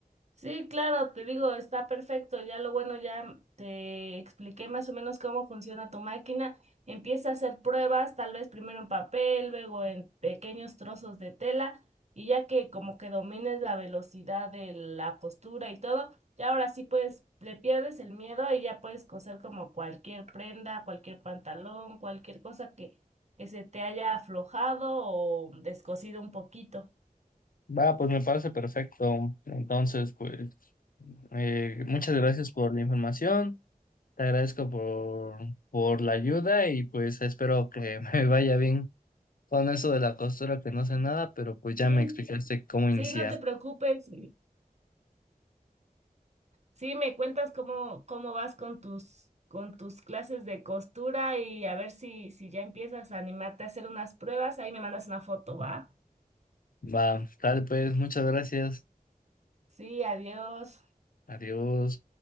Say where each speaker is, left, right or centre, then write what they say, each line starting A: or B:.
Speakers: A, on the right (about 50°); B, on the left (about 70°).
A: Sí, claro, te digo, está perfecto. Ya lo bueno, ya te expliqué más o menos cómo funciona tu máquina. Empieza a hacer pruebas, tal vez primero en papel, luego en pequeños trozos de tela, y ya que como que domines la velocidad de la costura y todo, ya ahora sí pues le pierdes el miedo y ya puedes coser como cualquier prenda, cualquier pantalón, cualquier cosa que, que se te haya aflojado o descosido un poquito.
B: Va, pues me parece perfecto. Entonces, pues eh, muchas gracias por la información. Te agradezco por, por la ayuda y pues espero que <laughs> me vaya bien con eso de la costura, que no sé nada, pero pues
A: Sí,
B: ya me explicaste cómo iniciar.
A: sí, no te preocupes. Sí, me cuentas cómo, cómo vas con tus, con tus clases de costura y a ver si, si ya empiezas a animarte a hacer unas pruebas. Ahí me mandas una foto, ¿va?
B: Va, tal pues, muchas gracias.
A: Sí, adiós.
B: Adiós.